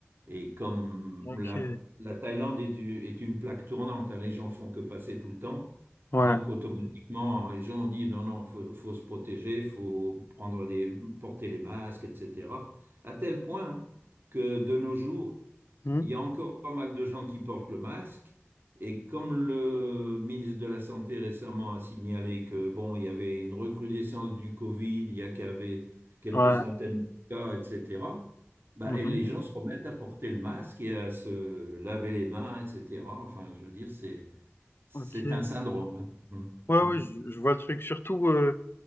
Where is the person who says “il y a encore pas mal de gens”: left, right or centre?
Right